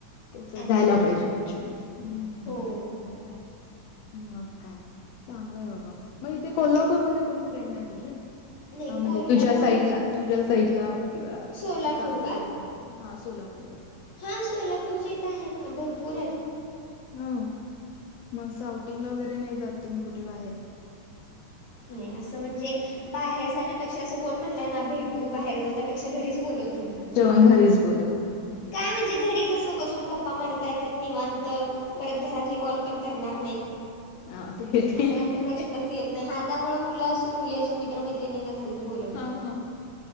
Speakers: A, on the left; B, on the left.
A: तर
B: अच्छा
A: जायला पाहिजे ऍक्च्युली ह
B: हो
A: बर बर. मग काय चांगलंय बाबा मग इथे कोल्हापूरमध्ये
B: न-
A: कोणी फ्रेंड आहे तुझी.
B: नाही
A: म्हणजे
B: कोल्हापूर
A: तुझ्या साईड ला तुझ्या साईड ला किंवा
B: सोलापूर
A: असं आजूबाजूला. हा सोलापूरला.
B: हा सोलापूरच्या इथे आहेत ना भरपूर आहेत.
A: ह म साउटिंगला वगैरे नाही जात तुम्ही कुठे बाहेर.
B: नाही असं म्हणजे. बाहेर जाण्यापेक्षा असं कोण म्हणलंय ना भेटू बाहेर जाऊ त्यापेक्षा घरीच बोलवती मी.
A: जेव्हा घरीच बोलत.
B: काय म्हणजे घरी कस बसून गप्पा मारता येतात निवांत
A: हा
B: परत घरातले कॉल पण. करणार नाही
A: हा, ते ते-
B: अस काय प्रश्नच येत नाही त्यामुळे मुल असो व मुली असो. मित्रमैत्रिणीना घरी बोलावते
A: हा हा.